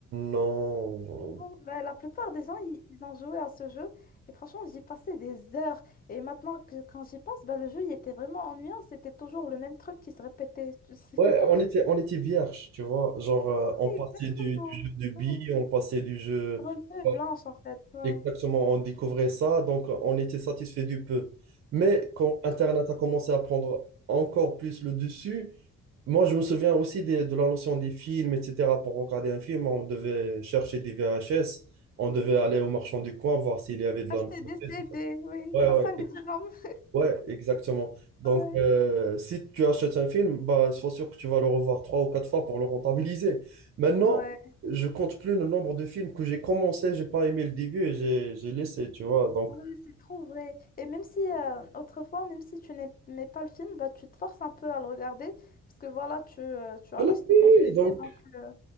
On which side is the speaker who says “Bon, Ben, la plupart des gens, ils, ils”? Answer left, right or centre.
Left